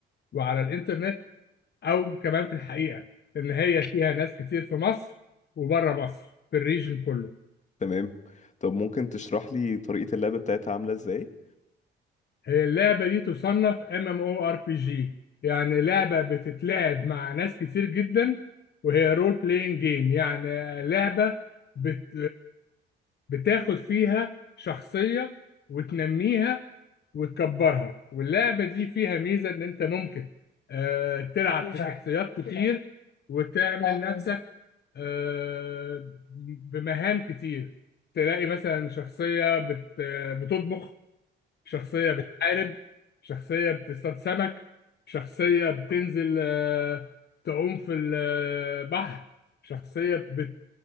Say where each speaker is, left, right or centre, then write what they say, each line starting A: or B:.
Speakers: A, on the left (about 55°); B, on the left (about 35°).
A: وعلى الانترنت او كمان في الحقيقه ان هي فيها ناس كتير في مصر وبره مصر في الريجن كله
B: تمام طب ممكن تشرح لي طريقة اللعبة بتاعتها عاملة ازاي
A: هي اللعبة دي تصنف ام ام او ار بي جي يعني لعبة بتتلعب مع ناس كتير جدا وهي رول بلاينج جيم يعني لعبة بت... بتاخد فيها شخصية وتنميها وتكبرها واللعبة دي فيها ميزة ان انت ممكن آه، تلعب في شخصيات كتير وتعمل نفسك آه، بمهام كتير تلاقي مثلا شخصية بت... بتطبخ شخصية بتحارب شخصية بتصطاد سمك شخصية بتنزل آه، تعوم في البحر شخصية بت-